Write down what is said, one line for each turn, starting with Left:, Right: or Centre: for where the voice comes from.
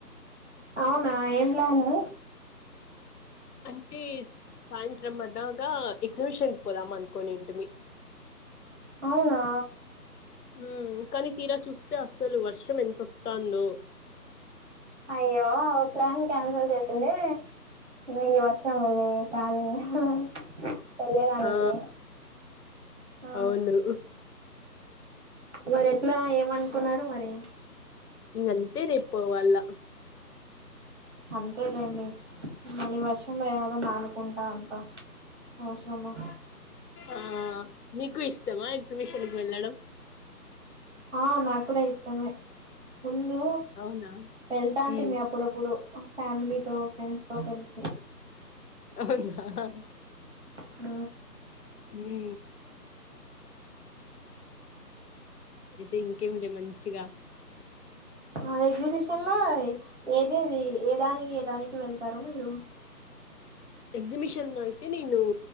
Right: అవునా ఏం ప్లాను
Left: అంటే సాయంత్రం అలాగా ఎగ్జిబిషన్ కి పోదాం అనుకోనింటిమి
Right: అవునా
Left: ఉమ్, కానీ తీరా చూస్తే అసలు వర్షం ఎంతొస్తుందో
Right: అయ్యో ప్లాన్ క్యాన్సిల్ చేసింది ఈ వర్షము మీ ప్లానింగ్ ఆహా వెళ్లేదానికి
Left: ఆ
Right: ఆ
Left: అవును
Right: మరి ఎట్లా ఏమనుకున్నారు మరి
Left: ఇంకా అంతే రేపు పోవాలా
Right: అంతేలేండి మళ్ళీ వర్షంవడం నానుకుంటా అంత అవశ్రమ
Left: ఆ నీకు ఇష్టమా ఎగ్జిబిషన్కి వెళ్ళడం
Right: ఆ నాకూడా ఇష్టమే ముందు
Left: అవునా
Right: వెళ్తాంటిమీ
Left: ఉమ్,
Right: అప్పుడప్పుడు ఫ్యామిలీతో ఫ్రెండ్స్ తో కలిసి
Left: అవునా
Right: ఆ
Left: హూ అయితే ఇంకేంలే మంచిగా
Right: మన ఎగ్జిబిషన్ లో ఏదేది ఏదానికి ఏదానికి వెళ్తారు మీరు
Left: ఎక్సిిబిషన్స్ లో అయితే నేను